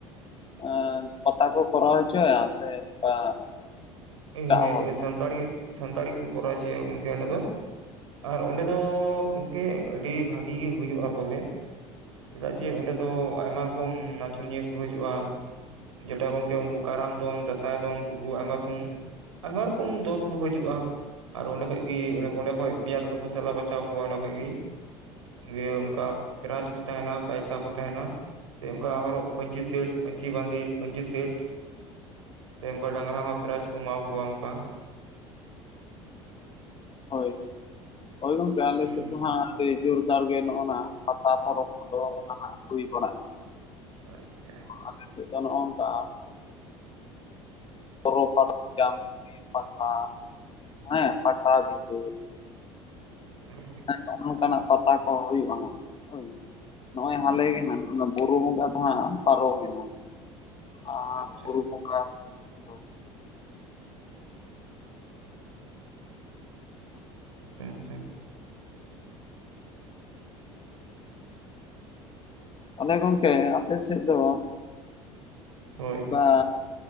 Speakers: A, on the left; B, on the right.
A: ᱮᱸ ᱯᱟᱛᱟ ᱠᱚ ᱠᱚᱨᱟᱣ ᱦᱚᱪᱚᱭᱟ ᱥᱮ ᱱᱚᱝᱠᱟ
B: ᱦᱮᱸ
A: ᱮᱴᱟᱜ
B: ᱦᱮᱸ
A: ᱦᱚᱲ ᱠᱚ
B: ᱥᱟᱱᱛᱟᱲ ᱜᱮ ᱥᱟᱱᱛᱟᱲ ᱜᱮᱠᱚ ᱠᱚᱨᱟᱣ ᱦᱚᱪᱚᱭᱮᱫᱟ ᱜᱚᱝᱠᱮ ᱚᱸᱰᱮ ᱫᱚ᱾ ᱟᱨ ᱚᱸᱰᱮ ᱫᱚ ᱜᱚᱝᱠᱮ ᱟᱹᱰᱤ ᱵᱷᱟᱜᱤ ᱜᱮ ᱦᱩᱭᱩᱜᱼᱟ ᱵᱚᱞᱮ᱾ ᱪᱮᱫᱟᱜ ᱡᱮ ᱚᱸᱰᱮ ᱫᱚ ᱟᱭᱢᱟ ᱨᱚᱠᱚᱢ ᱱᱟᱪᱚᱱᱤᱭᱟᱹ ᱠᱚ ᱦᱤᱡᱩᱜᱼᱟ᱾ ᱡᱮᱴᱟ ᱜᱚᱝᱠᱮ ᱩᱝᱠᱩ ᱠᱟᱨᱟᱢ ᱫᱚᱱ ᱫᱟᱸᱥᱟᱭ ᱫᱚᱱ ᱩᱝᱠᱩ ᱟᱭᱢᱟ ᱨᱚᱠᱚᱢ ᱟᱭᱢᱟ ᱲᱚᱠᱚᱢ ᱫᱚᱞ ᱠᱚ ᱦᱤᱡᱩᱜᱼᱟ᱾ ᱟᱨ ᱚᱸᱰᱮ ᱠᱷᱚᱡ ᱜᱤ ᱚᱸᱰᱮ ᱠᱷᱚᱡ ᱯᱮᱭᱟ ᱫᱚᱞ ᱠᱚ ᱥᱟᱞᱟ ᱵᱟᱪᱷᱟᱣ ᱠᱚᱣᱟ ᱚᱸᱰᱮ ᱠᱷᱚᱡ ᱜᱤ᱾ ᱫᱤᱭᱮ ᱩᱝᱠᱟ ᱯᱨᱟᱭᱤᱡ ᱠᱚ ᱛᱟᱦᱮᱸᱱᱟ ᱯᱟᱭᱥᱟ ᱠᱚ ᱛᱟᱦᱮᱸᱱᱟ᱾ ᱥᱮ ᱚᱝᱠᱟ ᱦᱚᱨᱚᱜ ᱯᱟᱧᱪᱤ ᱥᱮᱴ ᱯᱟᱧᱪᱤ ᱵᱟᱸᱫᱤ ᱯᱟᱧᱪᱤ ᱥᱮᱴ ᱥᱮ ᱚᱝᱠᱟ ᱰᱟᱝᱨᱟ ᱦᱚᱸ ᱯᱨᱟᱭᱤᱡ ᱠᱚ ᱮᱢᱟᱣᱟ ᱠᱩᱣᱟ ᱚᱝᱠᱟ
A: ᱦᱳᱭ ᱦᱳᱭ ᱜᱚᱝᱠᱮ ᱟᱞᱮ
B: ᱦᱩᱸ
A: ᱥᱮᱫ ᱫᱚ ᱦᱟᱸᱜ ᱥᱮ ᱡᱳᱨᱫᱟᱨ ᱜᱮ ᱱᱚᱜᱼᱱᱟ ᱯᱟᱛᱟ ᱯᱚᱨᱚᱵᱽ ᱠᱚᱫᱚ ᱱᱟᱦᱟᱜ ᱦᱩᱭ ᱵᱟᱲᱟᱜ
B: ᱟᱪᱪᱷᱟ᱾
A: ᱟᱞᱮ ᱥᱮᱫ ᱫᱚ ᱱᱚᱜ ᱚᱝᱠᱟ ᱵᱚᱨᱚ ᱯᱟᱛᱟ ᱡᱟᱢ ᱛᱩᱨᱤᱭᱟᱹ ᱯᱟᱛᱟ ᱦᱮᱸ ᱯᱟᱴᱟᱵᱤᱫᱟᱹ
B: ᱩᱸ᱾
A: ᱱᱚᱜᱼᱚ ᱱᱚᱝᱠᱟᱱᱟᱜ ᱯᱟᱛᱟ ᱠᱚ ᱦᱩᱭᱩᱜᱼᱟ ᱦᱟᱸᱜ ᱦᱳᱭ, ᱱᱚᱜᱼᱚᱭ
B: ᱟᱪᱪᱷᱟ
A: ᱦᱟᱞᱮ ᱜᱮ ᱦᱟᱸᱜ ᱚᱱᱟ ᱵᱩᱨᱩ ᱵᱚᱸᱜᱟ ᱫᱚ ᱦᱟᱸᱜ ᱯᱟᱨᱚᱢᱮᱱᱟ ᱟᱻ
B: ᱟᱪᱪᱷᱟ
A: ᱵᱩᱨᱩ ᱵᱚᱸᱜᱟ ᱫᱚ
B: ᱟᱪᱪᱷᱟ ᱟᱪᱪᱷᱟ᱾
A: ᱛᱟᱦᱞᱮ ᱜᱚᱝᱠᱮ ᱟᱯᱮ ᱥᱮᱫ ᱫᱚ
B: ᱦᱳᱭ᱾
A: ᱚᱱᱠᱟ